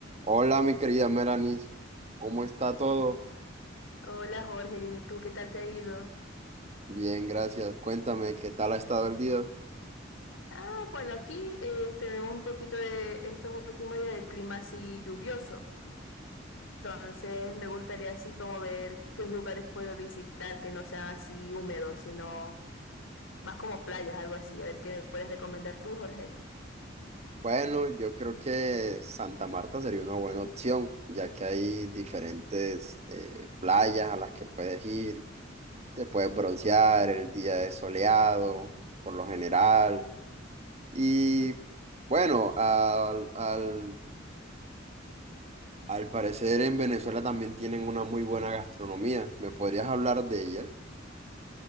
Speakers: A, on the right (about 35°); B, on the left (about 90°).
A: Hola, mi querida Melanis, ¿cómo está todo?
B: Hola Jorge, bien, ¿y tú qué tal te ha ido?
A: Bien, gracias. Cuéntame, ¿qué tal ha estado el día?
B: Ah, bueno, aquí eh, tenemos un poquito de estos últimos días de clima así lluvioso. Entonces me gustaría así como ver qué lugares puedo visitar que no sean así húmedos, sino más como playas, algo así. A ver qué me puedes recomendar tú, Jorge.
A: Bueno, yo creo que Santa Marta sería una buena opción, ya que hay diferentes eh, playas a las que puedes ir, te puedes broncear, el día es soleado, por lo general. Y bueno, al, al, al parecer en Venezuela también tienen una muy buena gastronomía. ¿Me podrías hablar de ella?